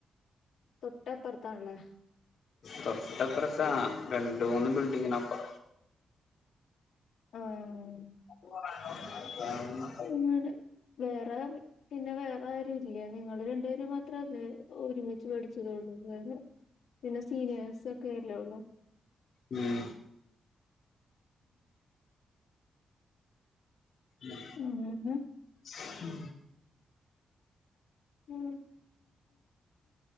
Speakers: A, on the left; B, on the left.
A: തൊട്ടപ്പർത്താണ്ല്ലേ
B: തൊട്ടപ്പർത്താ രണ്ട്‌ മൂന്ന് ബിൽഡിങ്ങിന് അപ്പറം
A: ആഹ്
B: <unintelligible>
A: അങ്ങനെ വേറെ പിന്നെ വേറെ ആരും ഇല്ലേ. നിങ്ങള് രണ്ടുപേര് മാത്രല്ലേ ഒരുമിച്ച് പഠിച്ചതുള്ളൂ വേറെ പിന്നെ സീനിയേഴ്സ് ഒക്കെ അല്ലെ ഉള്ളു
B: ഉം ഉം
A: അങ്ങനെ
B: <unintelligible>
A: ഉം